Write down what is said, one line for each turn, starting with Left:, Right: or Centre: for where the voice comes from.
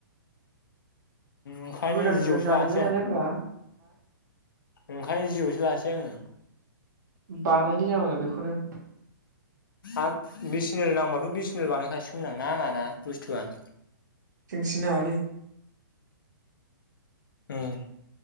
Left: ओंखायनो
Right: गोदान
Left: जिअ'सो
Right: गोदान जाजबोालायब्रा।
Left: लानोसै आं ओंखायनो जिय'सो लासै आङो
Right: बानायनि आं बेखौनो
Left: आरो बिएसेनेल नांबाथ' बिसिनेल बानायखासिगौमोन नाङाना बुस्थुआ
Right: जोंथिं नाङालै
Left: होम